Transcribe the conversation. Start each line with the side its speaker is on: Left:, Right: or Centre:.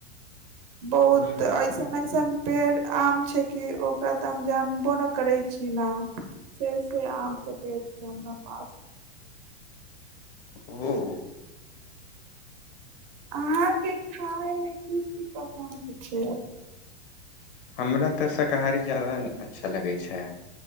Right: बहुत
Left: हूँ हूँ
Right: अईस मऐसन पेड़ आम छै कि ओकरा तऽ हम जानबो नै करै छीयै नाम से से आम के पेड़ छै हमरा पास
Left: ओ हो
Right: अहाँके खाय मे की की पसन्द छै
Left: हमरा तऽ शाकाहारी जादा अच्छा लगै छै